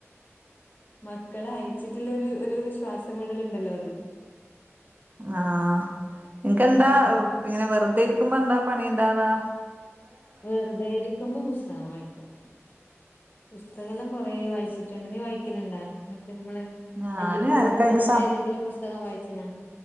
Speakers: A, on the left; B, on the right.
A: മക്കളെ അയച്ചിട്ടുള്ള ഒരു ശ്വാസംവിടലുണ്ടല്ലോ അത്
B: ആഹാ നിനക്ക്ന്താ
A: ഉം
B: ഇങ്ങനെ വെറുതെ ഇരിക്കുമ്പോ എന്താ പണിയുണ്ടാവാ.
A: വെറുതെ ഇരിക്കുമ്പം പുസ്തകം വായിക്കും. പുസ്തക എല്ലാം കൊറ വായിച്ചിട്ടുണ്ട് നീ വായിക്കലണ്ടാ മറ്റേ നമ്മെ
B: ഞാന്
A: അഗിൽ പി
B: എനക്കതിന്
A: ധർമ്മജന്റെ ഏതെങ്കിലും പുസ്തകം വായിച്ച്ണോ